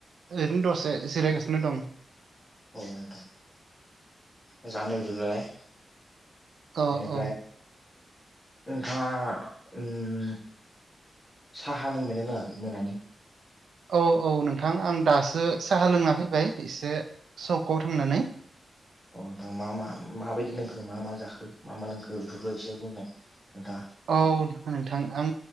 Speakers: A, on the right; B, in the centre.
A: ओरैनो दसे जिरायगासिनो दं।
B: औ नोंथां मोजांनो बिदिब्लाय।
A: औ
B: बेनिफ्राय
A: औ
B: नोंथाङा ओम साहा लोंबायना लोङाखै मोनानि?
A: औ औ नोंथां आं दासो साहा लोङा फैबाय एसे सकआव थांनानै।
B: अ नोंथाङा मा मा माबायदि लोंखो मा मा जाखो मा मा लोंखो बेफोरखौ एसे बुंनाय नोंथां।
A: औ नोंथां आं